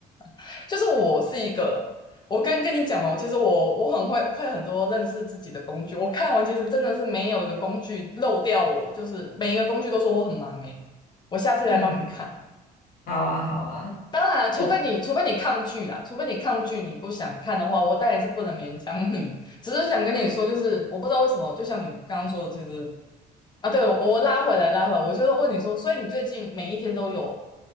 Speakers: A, on the left (about 25°); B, on the left (about 60°).
A: <laughs> 就是我是一个，我跟跟你讲嘛，我其实我我很会会很多认识自己的工具。我看完其实真的是没有一个工具漏掉我，就是每一个工具都说我很忙诶、我下次来帮你看。
B: 嗯，好啊，好啊，
A: 当然，除非你，
B: 对，
A: 除非你抗拒啦，除非你抗拒，你不想看的话，我当然是不能勉强你。只是想跟你说，就是我不知道为什么，就像你刚刚说的，其实啊，对，我我拉回来，拉回来，我就是问你说，所以你最近每一天都有